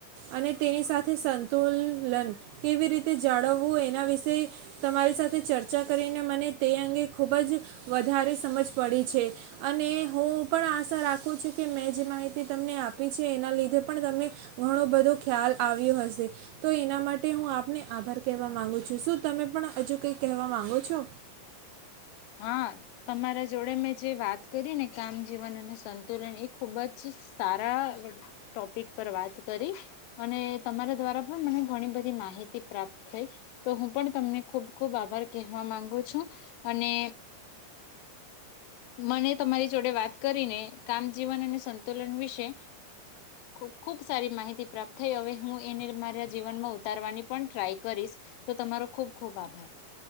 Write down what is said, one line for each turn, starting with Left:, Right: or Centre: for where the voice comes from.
Right: અને તેની સાથે સંતુલન કેવી રીતે જાળવવું એના વિશે તમારી સાથે ચર્ચા કરીને મને તે અંગે ખૂબ જ વધારે સમજ પડી છે, અને હું પણ આશા રાખું છું કે મેં જે માહિતી તમને આપી છે એના લી પણ, તમને ઘણો બધું <unintelligible> ખ્યાલ આવ્યો હશે તો એના મા કે હું આપને આભાર કહેવા માંગુ છું. શું તમે પણ હજુ કઈ કહેવા માંગો છો?
Left: હા, તમારા જોડે મેં જે વાત કરી ને કામ જીવન અને સંતુલન એ ખુબ જ સારા ટોપિક પર વાત કરી અને તમારા દ્વારા પણ મને ઘણી બધી માહિતી પ્રાપ્ત થઈ તો હું પણ તમને ખુબ ખુબ આભાર કહેવા માંગુ છું. અને મને તમારી જોડે વાત કરીને કામ જીવન અને સંતુલન વિશે ખુબ ખૂબ સારી માહિતી પ્રાપ્ત થઈ અવે હું એને મારા જીવનમાં ઉતારવાની પણ ટ્રાય કરીશ તો તમારો ખુબ ખુબ આભાર.